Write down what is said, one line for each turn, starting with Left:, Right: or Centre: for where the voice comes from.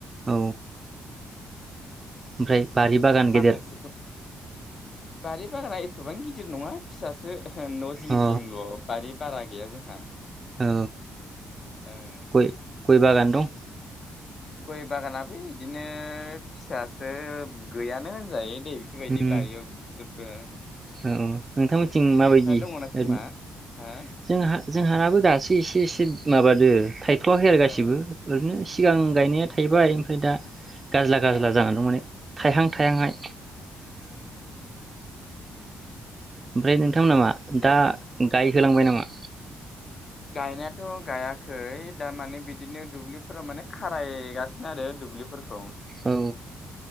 Right: औ ओमफ्राय। बारि बागान
Left: माखासेखौ
Right: गेदेर।
Left: बारि बागाना एथ'बां गिदिर नङा फिसासो। न' जिं
Right: अ
Left: जिंल' बारि। बारा गैया जोंहा।
Right: औ
Left: ओं
Right: गय गयबागान दं?
Left: गय बागानाबो इदिनो फिससो गैयानो होनजायो। नोय बेफोरबायदि
Right: दं
Left: बारियाव <unintelligible>
Right: औ औ। नोंथांमोनथिं माबायदि
Left: नोंस्रा दङना खोमा
Right: ओरैनो
Left: हो
Right: जोंहा जोंहानाबो दासो एसे एसे। माबादो थायदो। थवाखै आरो गासिबो
Left: ओ
Right: ओरैनो सिगां
Left: ओ
Right: गायनाया थाहैबाय ओमफ्राय दा गाज्ला गाज्ला
Left: ओ
Right: जानानै दं माने थायहां थायहांहाय।
Left: ओ ओ
Right: ओमफ्राय नोंथांमोना मा
Left: दे
Right: दा गाय होलांबाय नामा?
Left: गायनायाथ' गायाखै दामाने बिदिनो दुब्लिफोराव माने खारायगासिनो आरो दुब्लिफोरखौ। खौ
Right: औ